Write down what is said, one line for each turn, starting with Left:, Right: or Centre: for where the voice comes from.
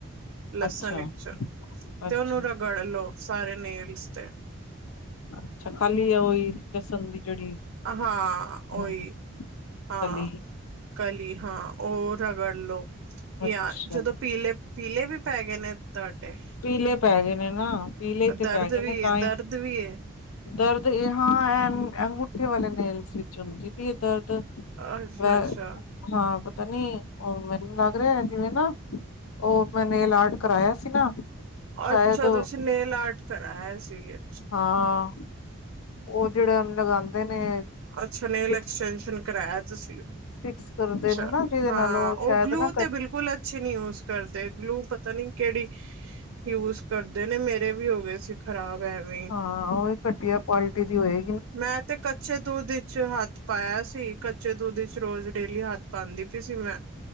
Right: ਲਸਣ
Left: ਅੱਛਾ
Right: ਵਿੱਚ
Left: ਅੱਛਾ
Right: ਤੇ ਉਹਨੂੰ ਰਗੜ ਲਓ ਸਾਰੇ ਨੇਲਸ ਤੇ।
Left: ਅੱਛਾ ਖਾਲੀ ਆ ਉਹੀ ਲਸਣ ਦੀ ਜਿਹੜੀ
Right: ਹਾਂ ਓਈ
Left: ਹਾਂਜੀ
Right: ਹਾਂ
Left: ਕਲੀ
Right: ਕਲੀ ਹਾਂ ਉਹ ਰਗੜ ਲਓ
Left: ਅੱਛਾ
Right: ਜਾਂ ਜਦੋਂ ਪੀਲੇ ਪੀਲੇ ਵੀ ਪੈ ਗਏ ਨੇ ਤੁਹਾਡੇ
Left: ਪੀਲੇ ਪੈ ਗਏ ਨੇ ਨਾ ਪੀਲੇ
Right: ਦਰਦ
Left: ਤੇ ਪੈ ਗਏ
Right: ਵੀ
Left: ਨੇ ਤਾਂ
Right: ਏ ਦਰਦ
Left: ਹੀ।
Right: ਵੀ ਹੈ
Left: ਦਰਦ ਇਹ ਹਾਂ ਐ ਐ ਅੰਗੂਠੇ ਵਾਲੇ ਨੇਲਸ ਵਿੱਚ ਹੁੰਦੀ ਪਈ ਦਰਦ।
Right: ਅੱਛਾ
Left: ਵੈ
Right: ਅੱਛਾ।
Left: ਹਾਂ ਪਤਾ ਨੀ ਉਹ ਮੈਨੂੰ ਲੱਗ ਰਿਹਾ ਜਿਵੇਂ ਨਾ। ਉਹ ਮੈਂ ਨੇਲ ਆਰਟ ਕਰਾਇਆ ਸੀ ਨਾ। ਸ਼ਾਇਦ
Right: ਅੱਛਾ ਤੁਸੀਂ ਨੇਲ ਆਰਟ ਕਰਾਏ ਸੀਗੇ।
Left: ਹਾਂ ਉਹ ਜਿਹੜੇ ਹੁਣ ਲਗਾਉਂਦੇ ਨੇ।
Right: ਅੱਛਾ ਨੇਲ
Left: ਫਿਕਸ
Right: ਐਕਸਟੈਂਸ਼ਨ ਕਰਾਇਆ ਤੁਸੀਂ।
Left: ਫਿਕਸ ਕਰਦੇ
Right: ਅੱਛਾ
Left: ਨੇ ਨਾ ਜਿਹਦੇ
Right: ਹਾਂ
Left: ਨਾਲ ਉਹ ਸ਼ਾਇਦ
Right: ਓ ਗਲੂ
Left: ਨਾ
Right: ਤੇ
Left: ਘੱਟ
Right: ਬਿਲਕੁਲ ਸੀ ਨੀ ਯੂਜ ਕਰਦੇ ਗਲੂ ਪਤਾ ਨੀ ਕਿਹੜੀ ਯੂਜ ਕਰਦੇ ਨੇ ਮੇਰੇ ਵੀ ਹੋ ਗਏ ਸੀ। ਖਰਾਬ ਐਵੇਂ
Left: ਹਾਂ ਉਹ ਘਟੀਆ ਕੁਆਲਿਟੀ ਦੀ ਹੋਏ
Right: ਮੈਂ ਤੇ ਕੱਚੇ ਦੂੱਧ ਵਿੱਚ ਹੱਥ ਪਾਇਆ ਸੀ ਕੱਚੇ ਦੁੱਧ ਵਿੱਚ ਚ ਰੋਜ਼ ਡੇਲੀ ਹੱਥ ਪਾਉਂਦੀ ਪਈ ਸੀ ਮੈਂ